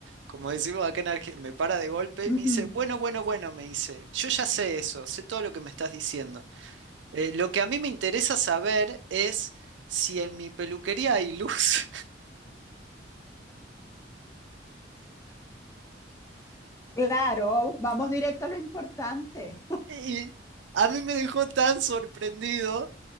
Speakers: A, on the right; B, on the left.
A: como decimos acá en Argentina, me para de golpe
B: ujú.
A: y me dice, bueno, bueno, bueno, me dice, yo ya sé eso, sé todo lo que me estás diciendo. Eh, lo que a mí me interesa saber es si en mi peluquería hay luz.
B: Claro, vamos directo a lo importante.
A: Y a mí me dejó tan sorprendido